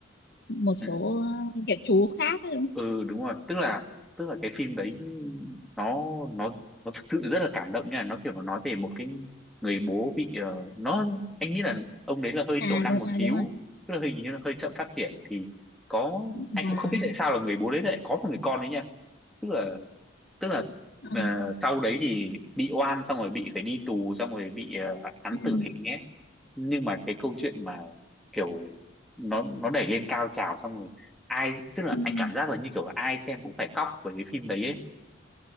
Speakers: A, on the left (about 50°); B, in the centre.
A: một số
B: ừ.
A: ờ, kiểu chú khác ấy, đúng không?
B: ừ đúng rồi tức là tức là cái phim đấy nó nó nó thực sự rất là cảm động nha nó kiểu nó nói về một cái người bố bị ờ, nó anh nghĩ là ông đấy là hơi
A: À
B: thiểu năng
A: đúng
B: một
A: rồi
B: xíu
A: đúng rồi
B: tức là hình như là hơi chậm phát triển thì có
A: và
B: anh cũng không biết tại sao là người bố đấy lại có một người con đấy nha tức là tức là
A: ừm,
B: ờ, sau đấy thì bị oan xong rồi bị phải đi tù xong rồi bị ờ, án
A: ừm,
B: tử hình nhé nhưng mà cái câu chuyện mà kiểu nó nó đẩy lên cao trào xong rồi ai tức là
A: ừm.
B: anh cảm giác là như kiểu ai xem cũng phải khóc với cái phim đấy ấy